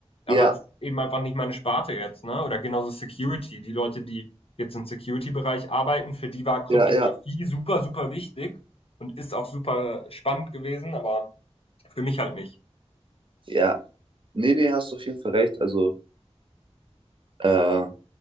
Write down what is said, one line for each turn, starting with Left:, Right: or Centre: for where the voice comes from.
Right: ja,
Left: aber es ist eben einfach nicht meine Sparte jetzt, ne? Oder genauso Security. Die Leute, die jetzt im Security-Bereich arbeiten, für die war Kryptographie
Right: ja, ja,
Left: super, super wichtig und ist auch super spannend gewesen, aber für mich halt nicht.
Right: ja. Nee, nee, hast du auf jeden Fall recht. Also, äh,